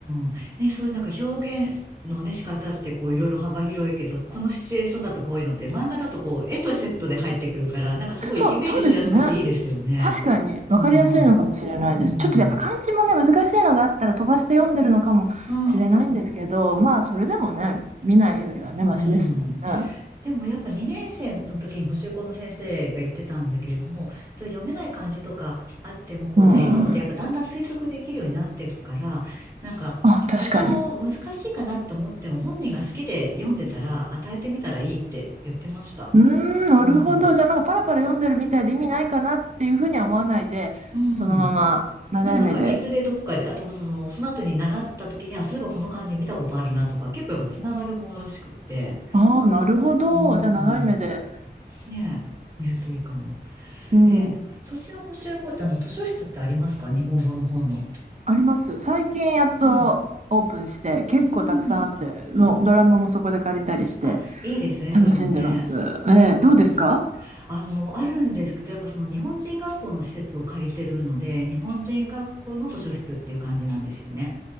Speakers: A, on the right; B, on the right.
A: ん。ね、そういうなんか表現のね、仕方ってこういろいろ幅広いけど、このシチュエーションだとこういうのって、漫画だとこう絵とセットで入ってくるから、なんかすごいイメージしやすくていいですよね。
B: そう、そうですね。確かに分かりやすいのかもしれないです。
A: うんうん。うん。
B: ちょっとやっぱ漢字もね、難しいのがあったら飛ばして読んでるのかもしれないんですけど、
A: うんうんうん。
B: まあそれでもね、見ないよりはね、マシですもんね。
A: うん。でもやっぱ2年生の時に補習校の先生が言ってたんだけれども、そういう読めない漢字とかあっても、こう前後のでやっぱだんだん推測できるようになっていくから、
B: うん。
A: なんか多少難しいかなって思っても本人が好きで読んでたら与えてみたらいいって言ってました。
B: あ、確かに。うーん、なるほど。
A: うん。
B: じゃあなんかパラパラ読んでるみたいで意味ないかなっていうふうには思わないで、
A: うん。
B: そのまま長い目で。
A: ね、なんかいずれどっかで、あとその、その後に習った時に、あ、そういえばこの漢字見たことあるなとか、結構やっぱつながるものらしくって。
B: ああ、なるほど。
A: うん。
B: じゃあ長い目で。
A: ねえ、見るといいかも。
B: うん。
A: えーでも、そっちの補習校ってあの、図書室ってありますか日本語の本の。
B: あります。最近やっとオープンして、
A: うん。
B: 結構たくさんあって、
A: うん。
B: もうドラムもそこで借りたりして、
A: あ、いいですね、
B: 楽しんでます。
A: そういうのね。う
B: えーどうですか
A: ん。あの、あるんですけど、やっぱその日本人学校の施設を借りてるので、日本人学校の図書室っていう感じなんですよね。